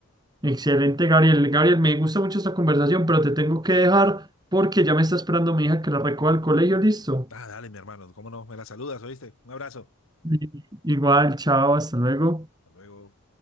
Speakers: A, on the right; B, on the left.
A: Excelente, Gabriel. Gabriel, me gusta mucho esta conversación, pero te tengo que dejar porque ya me está esperando mi hija que la recoja al colegio, listo.
B: Ah, dale, mi hermano, cómo no, me la saludas, ¿oíste? Un abrazo.
A: Sí. Igual, chao, hasta luego.
B: Hasta luego.